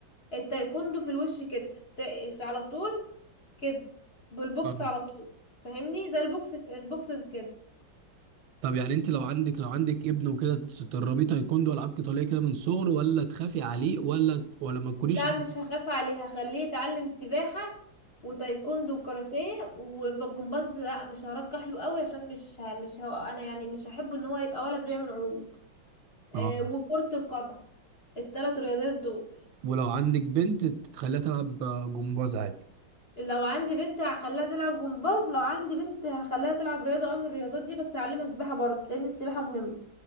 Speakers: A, on the left (about 35°); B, on the right (about 80°).
A: التايكوندو في الوش كده ت- في على طول كده بالبوكس
B: آه.
A: على طول فاهمني زي البوكس البوكس كده
B: طب يعني انت لو عندك لو عندك ابن وكده تدربيه تايكوندو والعاب قتاليه كده من صغره ولا تخافي عليه ولا ولا ما تكونيش
A: لا
B: عن-
A: مش هخاف عليه هخليه يتعلم سباحة وتايكوندو وكاراتيه والجمباز لا مش هرجح له قوي عشان مش ه... مش هو انا يعني مش هحب ان هو يبقى ولد بيعمل عروض آه
B: اه
A: وكرة القدم التلات رياضات دول
B: ولو عندك بنت تخليها تلعب آه، جمباز عادي
A: لو عندي بنت هخليها تلعب جمباز لو عندي بنت هخليها تلعب رياضة او من الرياضات دي بس هعلمها سباحة برضه لان السباحة مهمة